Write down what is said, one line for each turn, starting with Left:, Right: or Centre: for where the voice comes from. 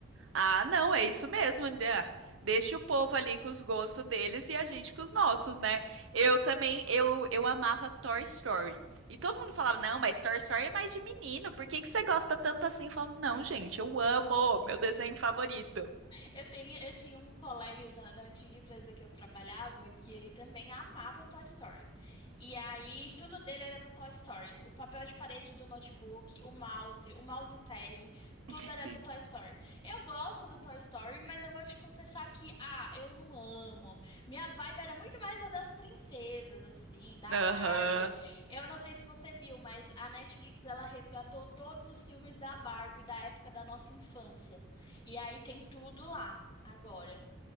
Right: Ah, não, é isso mesmo, André. Deixa o povo ali com os gostos deles e a gente com os nossos, né? Eu também, eu, eu amava Toy Story. E todo mundo falava, não, mas Toy Story é mais de menino, por que que você gosta tanto assim? Eu falo, não, gente, eu amo, meu desenho favorito.
Left: Eu tenho, eu tinha um colega na, na antiga empresa que eu trabalhava que ele também amava Toy Story. E aí, tudo dele era do Toy Story. O papel de parede do notebook, o mouse, o mousepad, tudo
Right: <laughs>
Left: era do Toy Story. Eu gosto do Toy Story, mas eu vou te confessar que, ah, eu não amo. Minha vibe era muito mais a das princesas, assim, da
Right: Aham.
Left: Barbie. Eu não sei se você viu, mas a Netflix, ela resgatou todos os filmes da Barbie da época da nossa infância. E aí tem tudo lá agora.